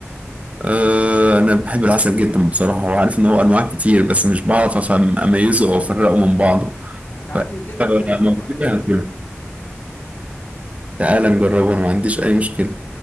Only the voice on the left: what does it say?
تعال
نفهم منه هو
بقى يلا بينا